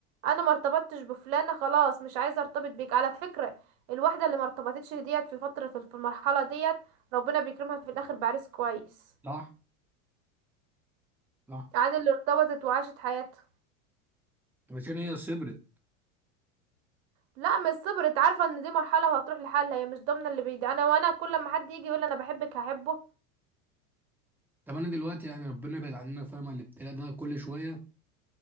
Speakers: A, on the right; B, in the centre.
A: انا ما ارتبطتش بفلانة خلاص مش عايزة ارتبط بيك على فكرة الواحدة اللي ما ارتبطتش ديت في فترة في في المرحلة ديت ربنا بيكرمها في الاخر بعريس كويس
B: صح صح
A: عن اللي ارتبطت وعاشت حياتها
B: عشان هي صبرت
A: لا مش صبرت عارفة ان دي مرحلة وهتروح لحالها هي مش ضامنة اللي بيدي انا وانا كل ما حد يجي يقول انا بحبك هحبه
B: طب انا دلوقتي يعني ربنا يبعد عننا فاهمة الابتلاء ده كل شوية